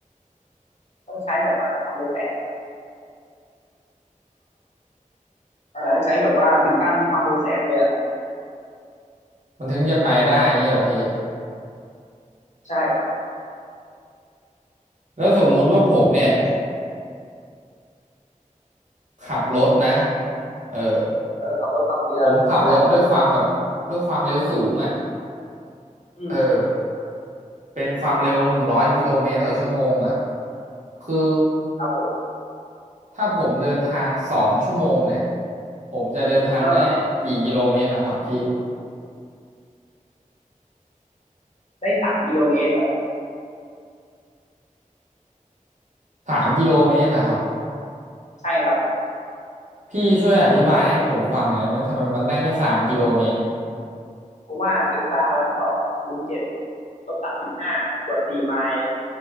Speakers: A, on the left; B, on the right.
A: ต้องใช้แบบว่าความเร็วแฝ เออได้ใช้แบบว่าถึงขั้นความเร็วแสงเลยอ่ะ
B: มันถึงจะไปได้อย่างนี้เหรอพี่
A: ใช่ครับ
B: แล้วสมมุติว่าผมเนี่ยขับรถนะเออ
A: เออขับรถขับเรือได้ครับ
B: ผมขับรถด้วยความแบบด้วยความเร็วสูงอ่ะ
A: อืม
B: เออ เป็นความเร็วหนึ่งร้อยกิโลเมตรต่อชั่วโมงอ่ะคือ
A: ครับผม
B: ถ้าผมเดินทางสองชั่วโมงเนี่ยผมจะเดินทางได้กี่กิโลเมตรล่ะครับพี่
A: เออได้สามกิโลเมตรครับ
B: สามกิโลเมตรล่ะครับ
A: ใช่ครับ
B: พี่ช่วยอธิบายให้ผมฟังหน่อยได้ไหมทำไมมันได้แค่สามกิโลเมตร
A: เพราะว่าเอ a r บาร์กำลังสองคูณเจ็ดลบสามสิบห้าส่วนสี่ไมล์